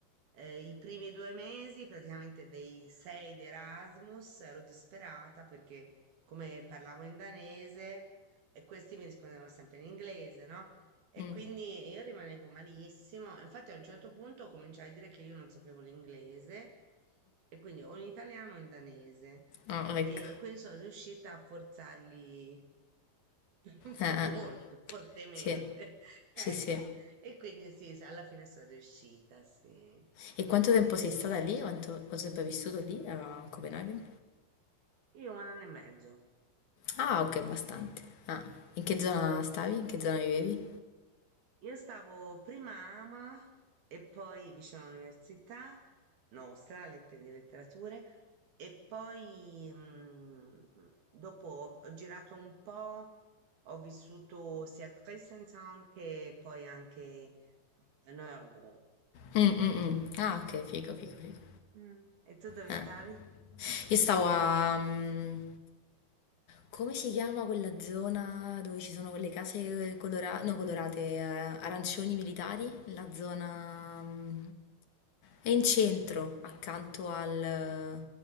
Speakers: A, on the right (about 65°); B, on the left (about 50°).
A: eh, i primi due mesi, praticamente dei sei di Erasmus, ero disperata perché come parlavo in danese e questi mi rispondevano sempre in inglese, no? E
B: Mm,
A: quindi io rimanevo malissimo. e Infatti a un certo punto cominciai a dire che io non sapevo l'inglese e quindi o in italiano o in danese.
B: ah, ecco,
A: E quindi sono riuscita a forzarli <laughs> fo-
B: Ah,
A: molto
B: ah,
A: fortemente.
B: sì,
A: <laughs> Ecco.
B: sì, sì.
A: E quindi sì, s- alla fine sono riuscita, sì.
B: E quanto
A: Sì,
B: tempo
A: eh,
B: sei stata
A: ci vuole.
B: lì? Quanto, quanto tempo hai vissuto lì a Copenaghen?
A: Io un anno e mezzo.
B: Ah, ok,
A: Mm.
B: bastante. Ah, in che zona stavi? In che zona vivevi?
A: Io stavo prima a Ama e poi vicino all'università nostra, Lettere di Letterature, e poi mm, dopo ho, ho girato un po', ho vissuto sia a Christiansand che poi anche a Nørrebro.
B: Mm, mm, mm.
A: Mm.
B: Ah, ok, figo, figo, figo.
A: Mm. E tu dove
B: Eh.
A: stavi?
B: Io stavo a... mm, Come si chiama quella zona dove ci sono quelle case colora- no, colorate, eh, arancioni militari? La zona... mm, È in centro, accanto al...